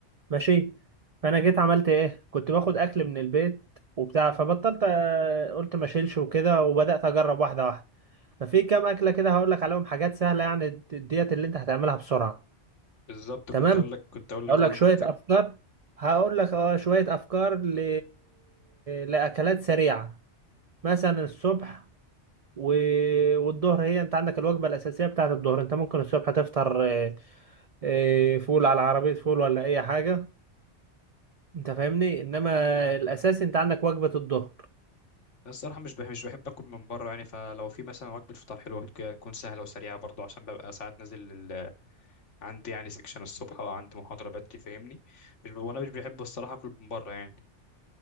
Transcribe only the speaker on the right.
ماشي فانا جيت عملت ايه كنت باخد اكل من البيت وبتاع فبطلت آه، قلت ما اشيلش وكده وبدات اجرب واحده واحده ففي كام اكله كده هقول لك عليهم حاجات سهله يعني د- ديت اللي انت هتعملها بسرعه
تمام
هقول
لك
شويه
افكار هقول لك اه شويه افكار ل... لاكلات سريعه مثلا الصبح و... والظهر هي انت عندك الوجبه الاساسيه بتاعت الظهر انت ممكن الصبح تفطر آه، آه، فول على عربيه فول ولا اي حاجه انت فاهمني انما الاساس انت عندك وجبه الظهر